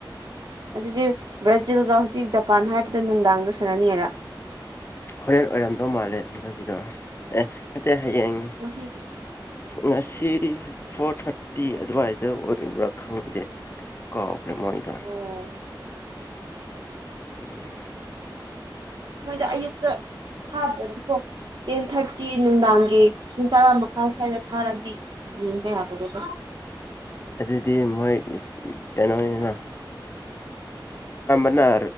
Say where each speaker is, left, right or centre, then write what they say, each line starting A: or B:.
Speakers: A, on the right; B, on the left.
A: ꯑꯗꯨꯗꯤ ꯕ꯭ꯔꯥꯖꯤꯜꯒ ꯍꯧꯖꯤꯛ ꯖꯄꯥꯟ ꯍꯥꯏꯕꯗꯣ ꯅꯨꯡꯗꯥꯡꯗ ꯁꯥꯟꯅꯅꯤꯉꯥꯏꯔꯥ
B: ꯍꯣꯔꯦꯟ ꯑꯣꯏꯔꯝꯗꯧ ꯃꯥꯜꯂꯦ ꯃꯣꯏꯒꯤꯗꯣ ꯑꯦ ꯅꯠꯇꯦ ꯍꯌꯦꯡ
A: ꯉꯁꯤ
B: ꯉꯁꯤꯗꯤ ꯐꯣꯔ ꯊꯥꯔꯇꯤ ꯑꯗꯨꯋꯥꯏꯗ ꯑꯣꯏꯔꯤꯕ꯭ꯔꯥ ꯈꯪꯗꯦ ꯀꯥꯎ ꯃꯣꯏꯗ
A: ꯑꯣ
B: ꯎꯝ
A: ꯃꯣꯏꯗ ꯑꯌꯨꯛꯇ ꯊꯥꯗ꯭ꯔꯗꯤꯀꯣ ꯇꯦꯟ ꯊꯥꯔꯇꯤ ꯅꯨꯡꯗꯥꯡꯒꯤ ꯄꯨꯡ ꯇꯔꯥ ꯃꯈꯥꯏ ꯁ꯭ꯋꯥꯏꯗ ꯊꯥꯔꯗꯤ ꯌꯦꯡꯕ ꯌꯥꯕꯅꯦꯕ
B: ꯑꯗꯨꯗꯤ ꯃꯣꯏꯒꯤ ꯀꯩꯅꯣꯅꯤꯅ ꯅ